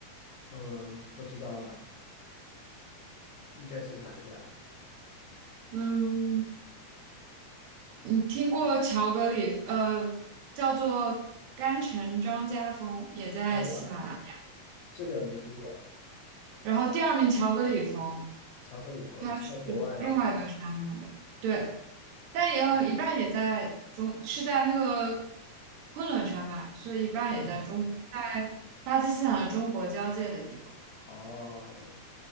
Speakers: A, on the left; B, on the right.
A: 嗯，不知道了，应该是哪一个啊？
B: 嗯，你听过乔格里呃叫做甘城张家峰，也在喜马拉雅。
A: 哎呀，这个没听过，
B: 然后第二名乔格里峰，
A: 巧克力峰是在国外吧？
B: 它是另外一个山脉的，对，但也有一半也在中，
A: 哦，
B: 是在那个昆仑山脉，所以一半也在中，
A: 昆士兰吗？
B: 在巴基斯坦和中国交界的地方。
A: 哦。